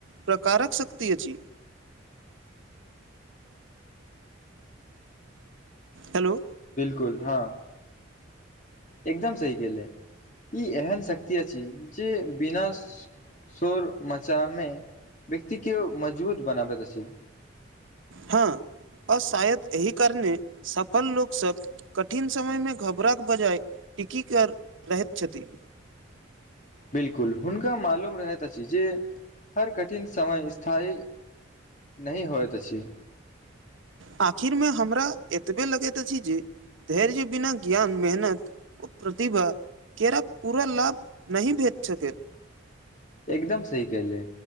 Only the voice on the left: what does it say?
कुल हँ एकदम सही केले ई एहन शक्ति अछि जे बिना शोर मचामे व्यक्ति के मजबूत बनाबैत अछि
बिलकुल हुनका मालूम रहैत अछि जे हर कठिन समय स्थायी नहि होयत अछि
एकदम सही कहले